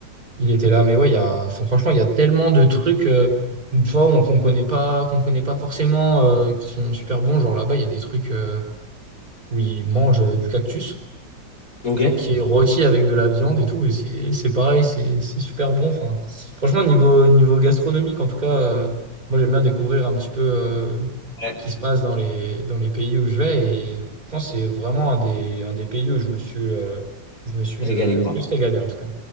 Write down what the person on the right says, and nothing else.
Il était là, mais ouais, il y a, enfin, franchement, il y a tellement de trucs, euh, une fois, on- qu'on connaît pas, qu'on connaît pas forcément, euh, qui sont super bons. Genre là-bas, il y a des trucs euh, où ils mangent euh, du cactus,
genre qui est rôti avec de la viande et tout, et c'est, c'est pareil, c'est, c'est super bon. Enfin, franchement, niveau, niveau gastronomique, en tout cas, euh, moi, j'aime bien découvrir un petit peu euh,
qui se passe dans les, dans les pays où je vais. Et je pense que c'est vraiment un des, un des pays où je me suis, euh, je me suis
le, le
plus régalé, en tout cas.